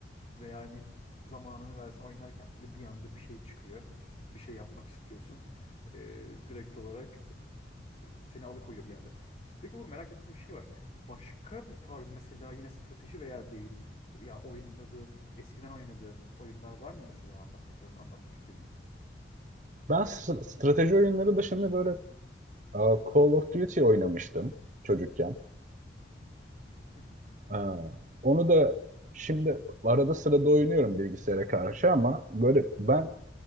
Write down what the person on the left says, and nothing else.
Ve yani zamanını versen oynarken bile bir anda bir şey çıkıyor. Bir şey yapmak istiyorsun. Ee, direkt olarak seni alıkoyuyor bir yerde. Peki Uğur merak ettiğim bir şey var. Başka bu tarz mesela yine strateji veya değil ya oynadığın, eskiden oynadığın oyunlar var mı mesela anlattığın, anlatmak istediğin?
Hı hı.